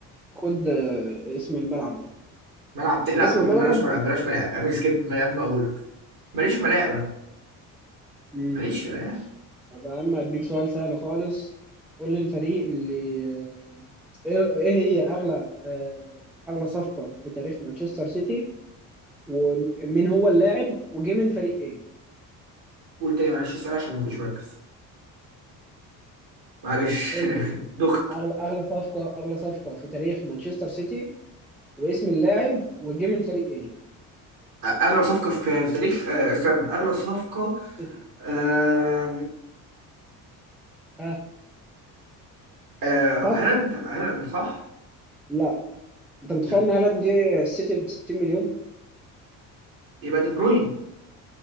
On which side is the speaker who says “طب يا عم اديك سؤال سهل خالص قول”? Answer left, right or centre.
Centre